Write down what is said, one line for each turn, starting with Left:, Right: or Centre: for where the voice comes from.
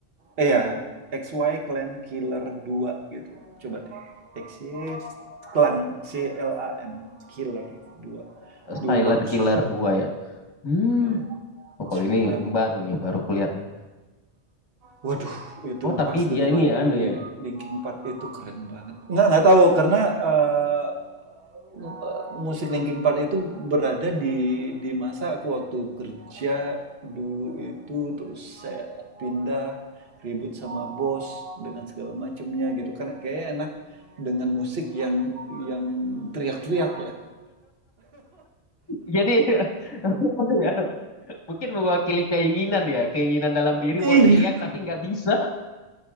Right: Eh ya, X Y Clan Killer dua gitu. Coba deh. X Y Clan C L A N Killer dua, Duh
Left: Silent
Right: bagus.
Left: Killer 2 ya. Hmm,
Right: Iya,
Left: oh, kalau
Right: si
Left: ini
Right: Clan
Left: baru nih, baru kulihat nih.
Right: Waduh, itu
Left: Oh,
Right: pas
Left: tapi dia
Right: denger
Left: ini
Right: lagu
Left: anu ya.
Right: Linkin Park itu keren banget. Nggak, nggak tahu karena eh, eh, musik Linkin Park itu berada di di masa aku waktu kerja dulu itu terus saya pindah ribut sama bos dengan segala macamnya gitu kan kayak enak dengan musik yang yang teriak-teriak ya.
Left: Jadi <laughs> apa ya, mungkin mewakili keinginan ya, keinginan dalam diri mau
Right: Iya,
Left: teriak tapi nggak bisa.